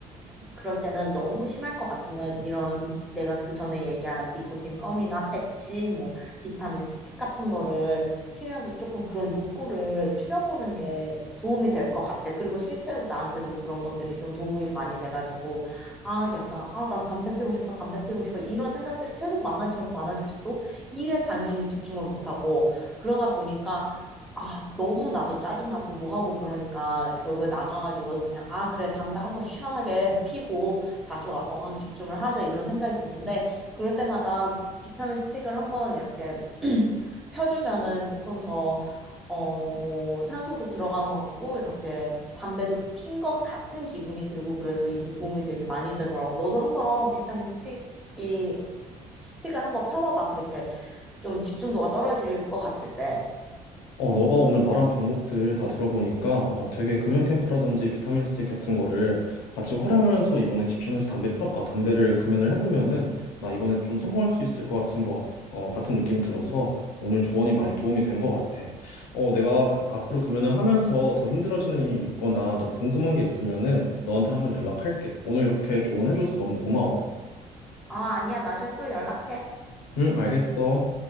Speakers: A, in the centre; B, on the left.
A: 그럴 때는 너무 심할 것 같으면 이런 내가 그 전에 얘기한 니코틴 껌이나 패치, 뭐 비타민 스틱 같은 거를 피면서 조금 그런 욕구를 줄여보는 게 도움이 될 것 같아. 그리고 실제로 나한테도 그런 것들이 좀 도움이 많이 돼가지고 아 약간 아 나 담배 피우고 싶어, 담배 피우고 싶어 이런 생각들이 계속 많아지면 많아질수록 일에 당연히 집중을 못하고 그러다 보니까 아, 너무 나도 짜증나고 뭐하고 그러니까 결국에 나가가지고 그냥 아, 그래, 담배 한번 시원하게 피고 다시 와서 집중을 하자 이런 생각이 드는데 그럴 때마다 비타민 스틱을 한번 이렇게 <clears throat> 펴주면은 조금 더 어, 뭐, 산소도 들어간 것 같고, 이렇게 담배도 핀 것 같은 기분이 들고, 그래서 이게 도움이 되게 많이 되더라고. 너도 한번 비타민 스틱이, 스틱을 한번 펴봐봐. 그렇게 좀 집중도가 떨어질 것 같을 때.
B: 어, 너가 오늘 말한 방법들 다 들어보니까 어, 되게 금연 캠프라든지 비타민 스틱 같은 거를 같이 활용하면서 이번에 집중해서 담배 펴, 아, 담배를 금연을 해보면은 나 이번에 좀 성공할 수 있을 것 같은 것 같- 어, 같은 느낌이 들어서 오늘 조언이 많이 도움이 된 것 같아. 어, 내가 그- 앞으로 금연을 하면서 더 힘들어지는 일이 있거나 더 궁금한 게 있으면은 너한테 한번 연락할게. 오늘 이렇게 조언해줘서 너무 고마워.
A: 아, 아니야. 나중에 또 연락해.
B: 응, 알겠어.